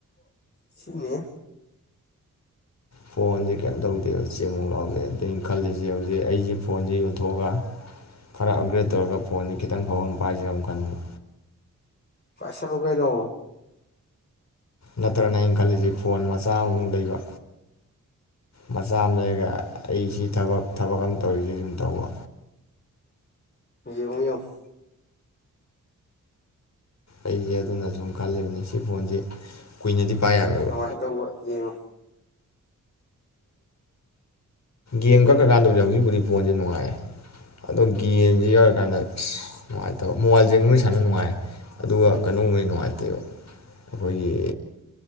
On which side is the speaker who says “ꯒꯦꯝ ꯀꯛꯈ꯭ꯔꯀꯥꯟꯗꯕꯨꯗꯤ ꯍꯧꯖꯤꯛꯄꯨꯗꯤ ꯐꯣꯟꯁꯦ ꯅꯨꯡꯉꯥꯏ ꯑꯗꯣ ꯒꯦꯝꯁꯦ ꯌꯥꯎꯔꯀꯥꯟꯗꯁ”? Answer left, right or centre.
Left